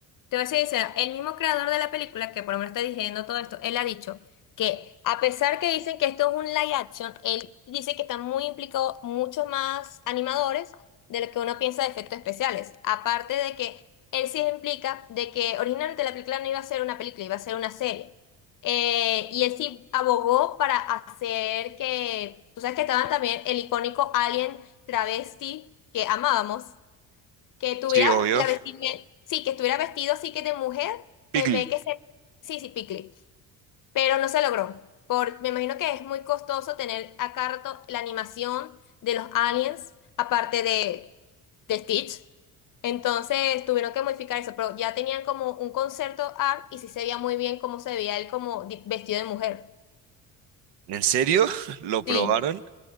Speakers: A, on the left (about 50°); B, on the right (about 75°).
A: Te voy a ser sincera, el mismo creador de la película, que por lo menos está dirigiendo todo esto, él ha dicho que a pesar que dicen que esto es un live action, él dice que están muy implicados muchos más animadores de lo que uno piensa de efectos especiales. Aparte de que él sí implica de que originalmente la película no iba a ser una película, iba a ser una serie. Eh, y él sí abogó para hacer que, tú sabes que estaban también el icónico alien travesti que amábamos. Que tuviera
B: Sí, obvio.
A: la vestimenta, sí, que estuviera vestido así que de mujer,
B: Piglet.
A: en vez que ser, sí, sí, picle, pero no se logró. Por, me imagino que es muy costoso tener a cada rato la animación de los aliens, aparte de, de Stitch. Entonces tuvieron que modificar eso, pero ya tenían como un concepto art y sí se veía muy bien cómo se veía él como di- vestido de mujer.
B: ¿En serio? <laughs> ¿Lo probaron?
A: Sí.